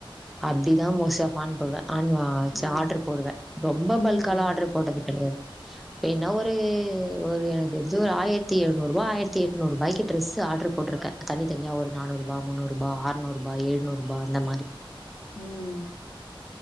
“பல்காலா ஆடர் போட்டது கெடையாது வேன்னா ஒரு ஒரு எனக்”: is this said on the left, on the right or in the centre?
Centre